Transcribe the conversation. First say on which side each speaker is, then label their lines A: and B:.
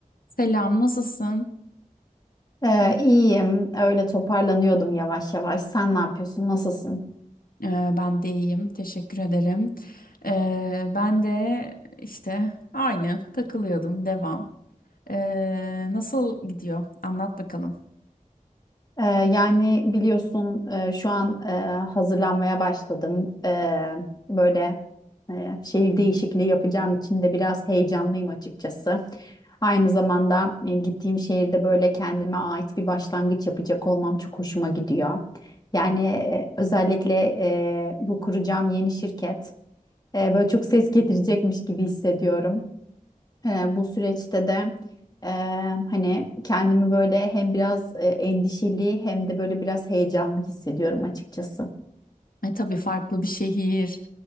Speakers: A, on the left; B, on the left.
A: Selam, nasılsın?
B: Ee, iyiyim. Öyle toparlanıyordum yavaş yavaş. Sen ne yapıyorsun? Nasılsın?
A: Ee, ben de iyiyim, teşekkür ederim. Ee, ben de işte aynı takılıyordum, devam. Ee, nasıl gidiyor? Anlat bakalım.
B: Ee, yani biliyorsun e, şu an e, hazırlanmaya başladım. Ee, böyle e, şehir değişikliği yapacağım için de biraz heyecanlıyım açıkçası. Aynı zamanda e, gittiğim şehirde böyle kendime ait bir başlangıç yapacak olmam çok hoşuma gidiyor. Yani e, özellikle e, bu kuracağım yeni şirket e, böyle çok ses getirecekmiş gibi hissediyorum. E, bu süreçte de e, hani kendimi böyle hem biraz e, endişeli hem de böyle biraz heyecanlı hissediyorum açıkçası.
A: E tabii farklı bir şehir,